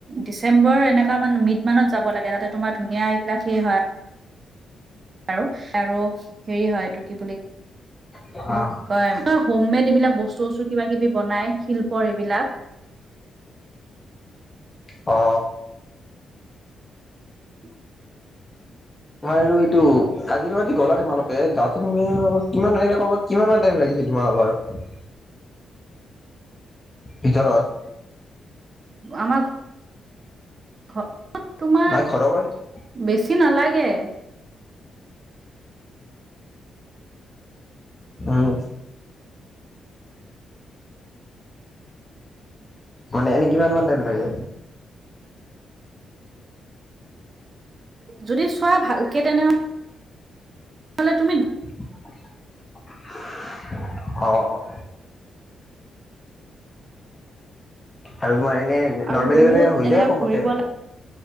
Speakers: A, on the right (about 45°); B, on the left (about 25°).
A: ডিচেম্বৰ এনেকুৱা মানে মিড মানত যাব লাগে তাতে তোমাৰ ধুনীয়া এইবিলাক সেই হয় আৰু, আৰু হেৰি হয় এইটো কি বুলি
B: অ
A: কয় হোম মেড এইবিলাক বস্তু চস্তু কিবা কিবি বনাই শিল্প এইবিলাক
B: অ।
A: উম্,
B: মইআৰু এইটো, কাজিৰঙাত যে গ'লা তোমালোকে, যাওঁতে তুমি কিমান দিনে সময় কিমান মান টাইম লাগিছিল, তোমাৰ বাৰু? ভিতৰত।
A: আমাৰ ঘৰত তোমাৰ
B: নাই ঘৰৰ পৰা
A: বেছি নালাগে।
B: উম্, মানে, এনেই কিমান মান টাইম লাগে।
A: যদি চোৱা, ভালকে তেনেহ'লে লে তুমি
B: <unintelligible> অ', আৰু তোমাৰ এনেই,
A: আৰু
B: নৰ্মেলি
A: বহুত
B: হ'লে হৈ
A: এনেকে
B: যায় কমতে।
A: ঘূৰিব